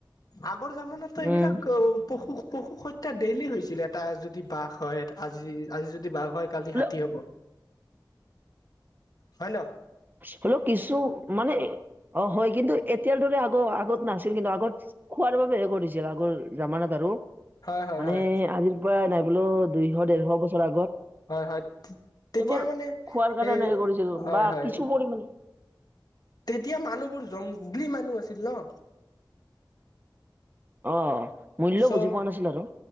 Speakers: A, on the left; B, on the right.
A: আগৰ জামাটো এইবিলাক
B: উম
A: - পশু হত্যা ডেইলি হৈছিলে এটা যদি বাঘ হয়, আজি-আজি যদি- বাঘ হয় কালি
B: হলে
A: হাতী হ'ব, হয় ন'।
B: হ'লেও কিছু মানে- অ', -হয়, কিন্তু এতিয়া দৰে আগ-আগত নাছিল কিন্তু আগত- খোৱাৰ বাবে'হে কৰিছিল আগৰ জমানাত আৰু।
A: হয় হয়
B: মানে
A: হয়
B: আজিৰ পৰা নাই বোলো দুইশ-দেৰশ বছৰ আগত।
A: হয়-হয়। তেতিয়া
B: এইবোৰ
A: মানে
B: খোৱাৰ কাৰণে
A: এই
B: হে কৰিছিল
A: হয়-হয়।
B: বা কিছু পৰিমাণে
A: তেতিয়া মানুহবোৰ জংগলী মানুহ আছিল ন'।
B: অঁ', মূল্যও
A: চ'
B: বুজি পোৱা নাছিল আৰু।